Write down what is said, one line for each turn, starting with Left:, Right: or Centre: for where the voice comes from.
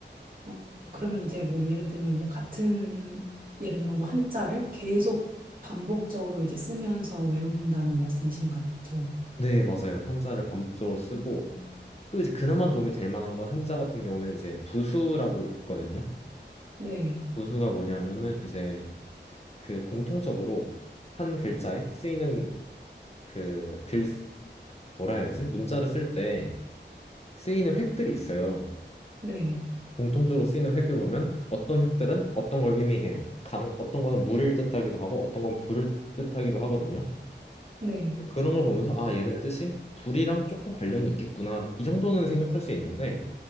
Right: 어, 그러면 이제 뭐 예를 들면 이제 같은 예를 들면 뭐 한자를 계속 반복적으로 이제 쓰면서 외운다는 말씀이신 거죠?
Left: 네, 맞아요. 한자를 반복적으로 쓰고,
Right: 음.
Left: 또 이제 그나마 도움이 될 만한 건 한자 같은 경우에는 이제 부수라고 있거든요.
Right: 네.
Left: 부수가 뭐냐면은 이제 그 공통적으로 한 글자에 쓰이는 그 글 뭐라 해야 지 문자를 쓸 때 쓰이는 획들이 있어요.
Right: 네.
Left: 공통적으로 쓰이는 획을 보면 어떤 획들은 어떤 걸 의미해요. 강 어떤 거는 물을 뜻하기도 하고 어떤 건 불을 뜻하기도 하거든요.
Right: 네.
Left: 그런 걸 보면서 아 얘는 뜻이 불이랑 조금 관련이 있겠구나 이 정도는 생각할 수 있는데